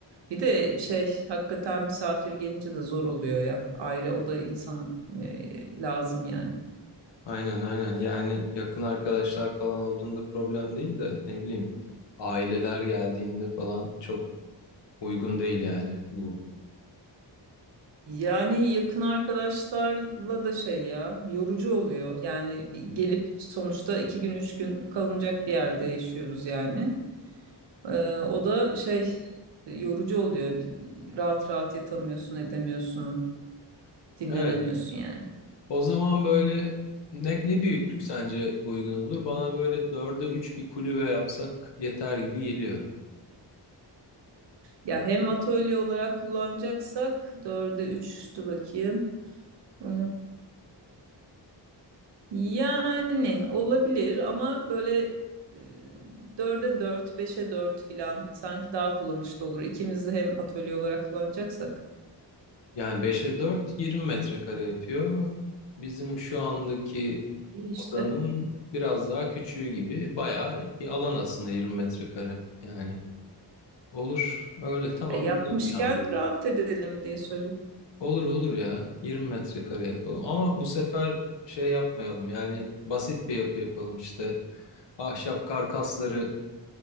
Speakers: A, on the right; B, on the left.
A: Bir de şey hakikaten misafir gelince de zor oluyor ya. Ayrı o da insan e, lazım yani.
B: Aynen aynen yani yakın arkadaşlar falan olduğunda problem değil de ne bileyim aileler geldiğinde falan çok uygun değil yani bu.
A: Yani yakın arkadaşlarla da şey ya yorucu oluyor. Yani bir gelip sonuçta iki gün üç gün kalınacak bir yerde yaşıyoruz yani. Ee, o da şey yorucu oluyor. Bir- rahat rahat yatamıyorsun, edemiyorsun, dinlenemiyorsun
B: Evet.
A: yani.
B: O zaman böyle ne, ne büyüklük sence uygun olur? Bana böyle 4'e 3 bir kulübe yapsak yeter gibi geliyor.
A: Ya hem atölye olarak kullanacaksak dörde üçtü bakayım. Ee, Yani olabilir ama böyle e, dörde dört, beşe dört filan sanki daha kullanışlı olur. İkimiz de hem atölye olarak kullanacaksak
B: Yani beş'e dört, yirmi metrekare yapıyor. Bizim şu andaki
A: iyi işte.
B: odanın biraz daha küçüğü gibi bayağı bir alan aslında 20 metrekare. Yani olur öyle tamam
A: E, yapmışken
B: böyle
A: rahat edelim diye söylüyorum.
B: Olur olur ya. yirmi metrekare yapalım. Ama bu sefer şey yapmayalım. Yani basit bir yapı yapalım. İşte ahşap karkasları